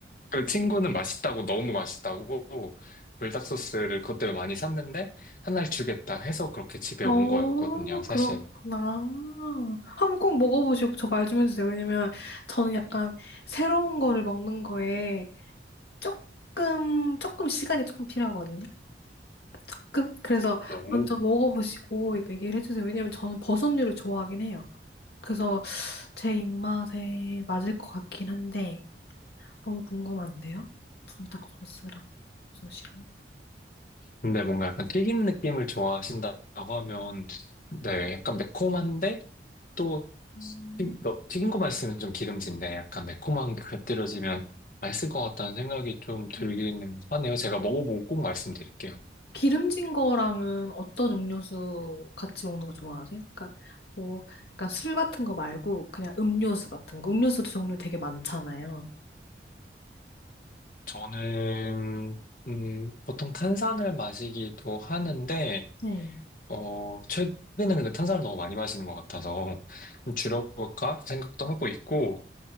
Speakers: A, on the left (about 50°); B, on the left (about 70°).
A: 그 친구는 맛있다고 너무 맛있다고 불닭소스를 그것 때문에 많이 샀는데 한 날 주겠다 해서 그렇게 집에
B: 오,
A: 온 거였거든요,
B: 어, 네.
A: 사실.
B: 그렇구나. 한번 꼭 먹어보시고 저 말 좀 해주세요. 왜냐면 저는 약간 새로운 거를 먹는 거에 조금, 조금 시간이 조금 필요하거든요. 조금? 그래서
A: 오.
B: 먼저 먹어보시고 얘기를 해주세요. 왜냐면 저는 버섯류를 좋아하긴 해요. 그래서 제 입맛에 맞을 것 같긴 한데, 너무 궁금한데요? 불닭 소스랑 버섯이랑.
A: 근데 뭔가 약간 튀긴 느낌을 좋아하신다고 하면 네, 약간 매콤한데 또
B: 음.
A: 튀- 너- 튀긴 거만 있으면 좀 기름진데 약간 매콤한 게 곁들여지면 맛있을 것 같다는 생각이 좀 들기는
B: 네.
A: 하네요. 제가 먹어보고 꼭 말씀드릴게요.
B: 기름진 거랑은 어떤 음료수 같이 먹는 거 좋아하세요? 그러니까 뭐 약간 술 같은 거 말고 그냥 음료수 같은 거. 음료수도 종류 되게 많잖아요.
A: 저는 음, 보통 탄산을 마시기도 하는데
B: 네.
A: 어, 최근에 근데 탄산을 너무 많이 마시는 것 같아서 좀 줄여볼까 생각도 하고 있고,